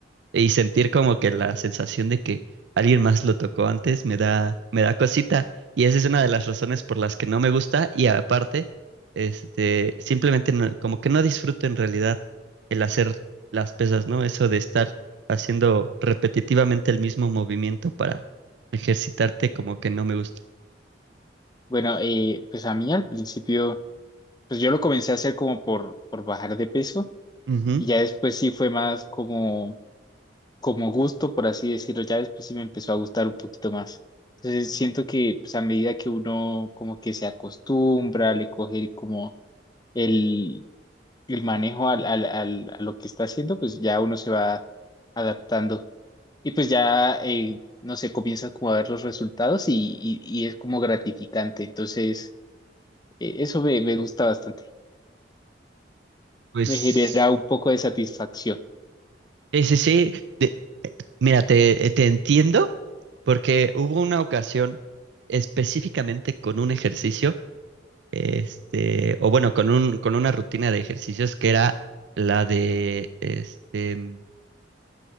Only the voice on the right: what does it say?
y sentir como que la sensación de que alguien más lo tocó antes me da, me da cosita. Y esa es una de las razones por las que no me gusta. Y aparte, este, simplemente no- como que no disfruto en realidad el hacer las pesas, ¿no? Eso de estar haciendo repetitivamente el mismo movimiento para ejercitarte, como que no me gusta.
Ujú.
Pues
sí, sí, sí. Mira, te, te entiendo porque hubo una ocasión específicamente con un ejercicio este, o bueno, con un, con una rutina de ejercicios que era la de, este, mm,